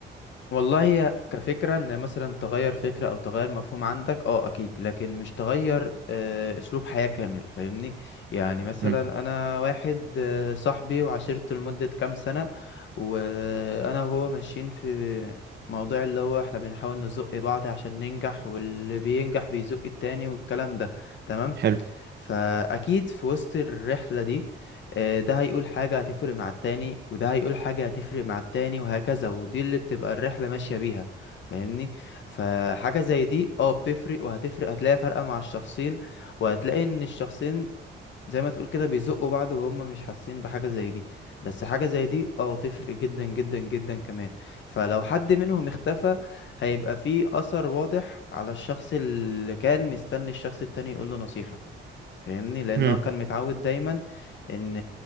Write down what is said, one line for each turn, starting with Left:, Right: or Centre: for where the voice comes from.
Left: والله هي كفكرة ان مثلا تغير فكرة او تغير مفهوم عندك اه اكيد لكن مش تغير آه، اسلوب حياة كامل فاهمني يعني مثلا
Right: مم.
Left: انا واحد آه، صاحبي وعشرته لمدة كام سنة وانا وهو ماشيين في موضوع اللي هو احنا بنحاول نزق بعض عشان ننجح واللي بينجح بيزق التاني والكلام ده تمام
Right: حلو
Left: فأكيد في وسط الرحلة دي آه، ده هيقول حاجة هتفرق مع التاني وده هيقول حاجة هتفرق مع التاني وهكذا ودي اللي بتبقى الرحلة ماشية بيها فاهمني فحاجة زي دي اه بتفرق وهتفرق هتلاقي فرقة مع الشخصين وهتلاقي ان الشخصين زي ما تقول كده بيزقوا بعض وهم مش حاسين بحاجة زي دي بس حاجة زي دي اه تفرق جدا جدا جدا كمان فلو حد منهم اختفى هيبقى فيه أثر واضح على الشخص اللي كان مستني الشخص التاني يقول له نصيحة فاهمني لان
Right: مم.
Left: هو كان متعود دايما ان